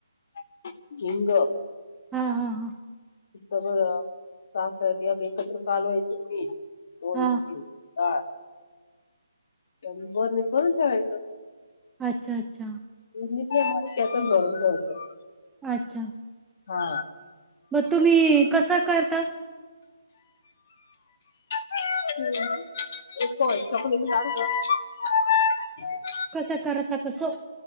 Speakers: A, on the left; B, in the centre.
A: <unintelligible> हिंग
B: हा हा हा.
A: सगळं साखर तेल मीठ एकत्र कालवायचं पीठ. व्हय
B: हा
A: की ह आणि बरणीत भरून ठेवायचं.
B: अच्छा अच्छा.
A: इडली करणार त्यातच भरून ठेवायचं.
B: अच्छा.
A: हा.
B: म तुम्ही कसं करता?
A: <unintelligible>
B: कसं करत कसं?